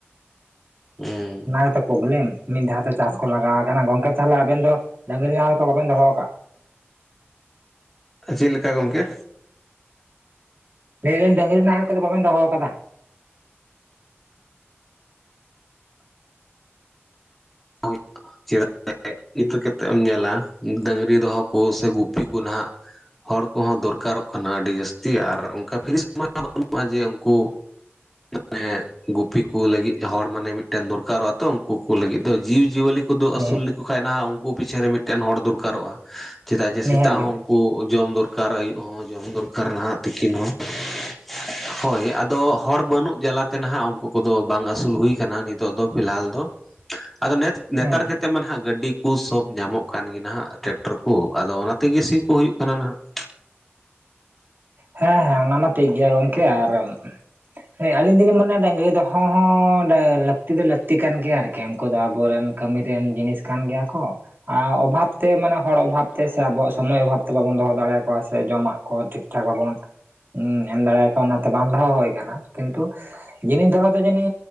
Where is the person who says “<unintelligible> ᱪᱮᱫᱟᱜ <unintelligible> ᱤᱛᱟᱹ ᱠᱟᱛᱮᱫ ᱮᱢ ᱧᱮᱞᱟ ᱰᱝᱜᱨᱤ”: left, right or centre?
Centre